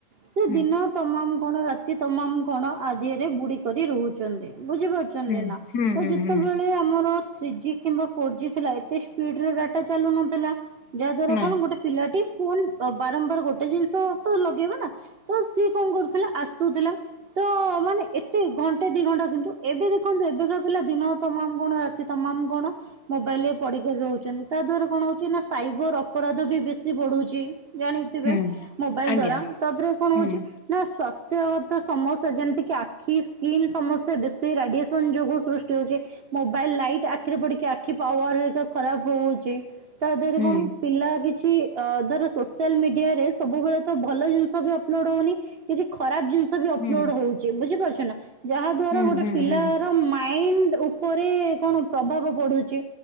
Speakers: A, on the right; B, on the left.
A: ସେ
B: ହୁଁ
A: ଦିନ ତମାମ କଣ ରାତି ତମାମ କଣ ଆ ଦିହରେ ବୁଡିକରି ରହୁଚନ୍ତି ବୁଝିପାରୁ ସେମତି
B: ହୁଁ
A: ନା
B: ହୁଁ
A: ତ
B: ହୁଁ
A: ଯେତେବେଳେ
B: ହୁଁ
A: ଆ ଆମର ଥ୍ରୀ ଜି କିମ୍ବା ଫୋର ଜି ଥିଲା ଏତେ ସ୍ପୀଡ଼ରେ ଡାଟ ଚାଲୁନଥିଲା ଯାହା ଦ୍ୱାରା
B: ନା
A: କଣ ଗୋଟେ ପିଲାଟି ଫୋନ୍ ବାରମ୍ବାର ଗୋଟେ ଜିନିଷ ତ ଲଗେଇବ ନା ତ ସିଏ କଣ କରୁଥୁଲା ଆସୁଥୁଲା ତ ମାନେ ଏତେ ଘଣ୍ଟେ ଦି ଘଣ୍ଟା କିନ୍ତୁ ଏବେ ଦେଖନ୍ତୁ ଏବେକା ପିଲା ଦିନ ତମାମ କଣ ରା ରାତି ତମାମ କଣ ମୋବାଇଲରେ ପଢିକିରି ରହୁଚନ୍ତି ତାଦ୍ଵାରା କଣ ହୋଉଚି ନା ସାଇବର ଅପରାଧ ବି ବେଶୀ ବଢୁଚି। ଜାଣିଥିବେ
B: ହୁଁ
A: ମୋବାଇଲ
B: ଆଜ୍ଞା
A: ଦ୍ଵାରା ତାପରେ କଣ
B: ହୁଁ
A: ହୋଉଚି ନା ସ୍ୱାସ୍ ନେତୃଗତ ସମସ୍ୟା ଯେମତିକି ଆଖି ସ୍କିନ୍ ସମସ୍ୟା ବେଶୀ ରାଡିଏସନ ଯୋଗୁ ସୃଷ୍ଟି ହୋଉଚି। ମୋବାଇଲ ଲାଇଟ୍ ଆଖିରେ ପଡିକି ଆଖି ପାୱାର ତ ଖରାପ ହୋଉ ତା ଦେହରେ
B: ହୁଁ
A: କଣ ପିଲା କିଛି ଅ ଧର ସୋସିଆଲ ମିଡିଆରେ ସବୁବେଳେ ତ ଭଲ ଜିନିଷ ବି ଅପଲୋଡ ହୋଉନି କିଛି ଖରାପ ଜିନଷ ଅପଲୋଡ
B: ହୁଁ
A: ହୋଉଚି ବୁଝିପାରୁଚେ ନା ଯାହା ଦ୍ଵାରା
B: ହୁଁ
A: ଗୋଟେ
B: ହୁଁ
A: ପିଲାର
B: ହୁଁ
A: ମାଇଣ୍ଡ ଉ ଉପରେ କଣ ପ୍ରଭାବ ପଡୁଚି